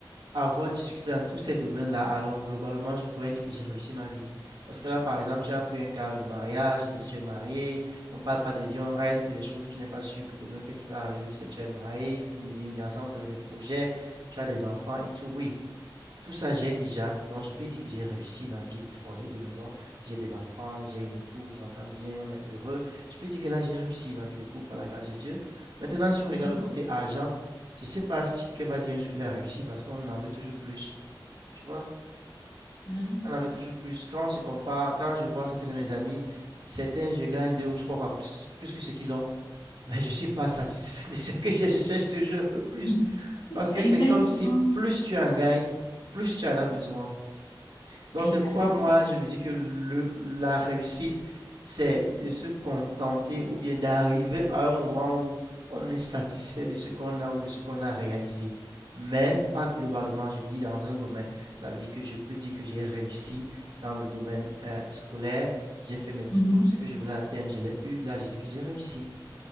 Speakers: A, on the right (about 60°); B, on the left (about 65°).
A: avoir du succès dans tous ces domaines-là, alors globalement, je pourrais dire que j'ai réussi ma vie. Parce que là, par exemple, tu as pris un cas, le mariage, c'est-à-dire tu es marié, on parle pas des vies, on reste des choses où tu n'es pas sûr que demain, qu'est-ce qui va arriver. Tu sais, tu es marié, vous menez une vie ensemble, vous avez des projets, tu as des enfants et tout. Oui, tout ça, j'ai déjà. Donc, je peux dire que j'ai réussi ma vie de foyer, de maison. J'ai des enfants, j'ai une épouse, on s'entend bien, on est heureux. Je peux dire que là, j'ai réussi ma vie de couple par la grâce de Dieu. Maintenant, si on regarde
B: mhm,
A: le côté argent, je ne sais pas ce qu'elle va dire un jour qu'elle a réussi parce qu'on en veut toujours plus. Tu vois?
B: mhm.
A: On en veut toujours plus. Quand on se compare, quand je vois certains de mes amis, certains, je gagne deux ou trois fois plus, plus que ce qu'ils ont. Mais je ne suis pas satisfait de ce que j'ai. Je cherche toujours un peu plus.
B: <laughs>
A: Parce
B: Exactement.
A: que c'est comme si plus tu en gagnes, plus tu en as besoin. Donc
B: Exact.
A: c'est pourquoi moi je me dis que le, la réussite, c'est de se contenter ou bien d'arriver à un moment où on est satisfait de ce qu'on a ou de ce qu'on a réalisé. Mais pas globalement, je veux dire dans un domaine. Ça veut dire que je peux dire que j'ai réussi dans le domaine euh, scolaire, j'ai fait mes diplômes,
B: Mhm.
A: ce que je voulais atteindre, je l'ai eu, là j'ai dit que j'ai réussi.